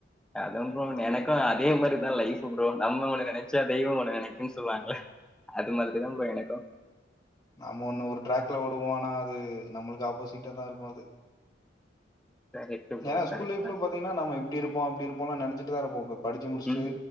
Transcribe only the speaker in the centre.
அதா ப்ரோ எனக்கோ அதே மாரிதா லைஃப்பு ப்ரோ நம்ம ஒன்னு நெனச்சா தெய்வோ ஒன்னு நெனை க்கு சொல்லுவாங்களே அது மாரி தா ப்ரோ எனக்கோ
கரெக்ட் ப்ரோ
கரெக்டா
ம்